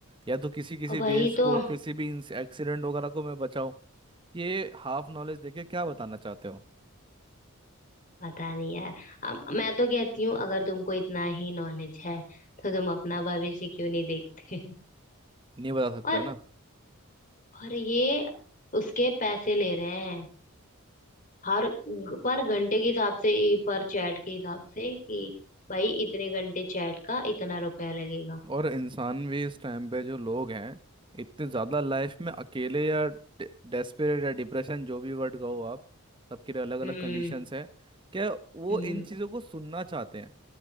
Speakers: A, on the right; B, on the left.
A: या तो किसी किसी
B: वही
A: देश को
B: तो
A: किसी भी एक्सीडेंट वगैरह को मैं बचाओ ये हाफ नॉलेज देके क्या बताना चाहते हो
B: पता नहीं यार हम- मैं तो कहती हूँ अगर तुमको इतना ही नॉलेज है तो तुम अपना भविष्य क्यों नहीं देखते <laughs>
A: नहीं बता सकते
B: और
A: हो ना
B: और ये उसके पैसे ले रहे हैं हर पर घंटे के हिसाब से ही, पर चैट के हिसाब से कि भाई इतने घंटे चैट का इतना रुपया लगेगा
A: और इंसान भी इस टाइम पे जो लोग हैं इतने ज़्यादा
B: हम्म
A: लाइफ में अकेले या डेस्परेट या डिप्रेशन जो भी वर्ड कहो आप सबके लिए अलग अलग
B: हम्म
A: कंडीशंस है क्या वो
B: हम्म
A: इन चीज़ों को सुनना चाहते हैं